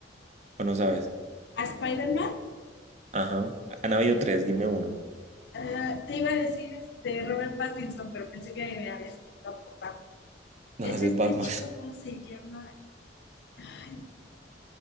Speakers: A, on the right; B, on the left.
A: o no sabes.
B: Mm, ¿A Spider-Man?
A: Ajá, han habido tres, dime uno.
B: Ah, te iba a decir este Robert Pattinson, pero pensé que me habías preguntado por Batman.
A: No,
B: Es
A: ese
B: este
A: es Batman.
B: chico,
A: <laughs>
B: ¿cómo se llama? Ay,